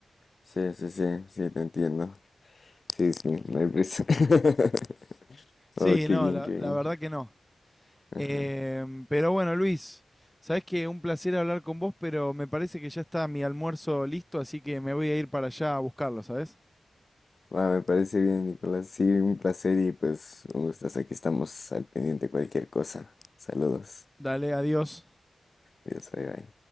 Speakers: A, on the left (about 40°); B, in the centre.
A: Sí, sí, sí, sí, te entiendo. Sí, sí, no hay prisa. <laughs>
B: Sí,
A: Oh, qué
B: no,
A: bien,
B: la,
A: qué bien.
B: la verdad que no.
A: Ajá.
B: Em, pero bueno, Luis, sabes que un placer hablar con vos, pero me parece que ya está mi almuerzo listo, así que me voy a ir para allá a buscarlo, ¿sabes?
A: va me parece bien, Nicolás. Sí, un placer y pues un gustazo. Aquí estamos al pendiente de cualquier cosa. Saludos.
B: Dale, adiós.
A: Adiós, bye, bye.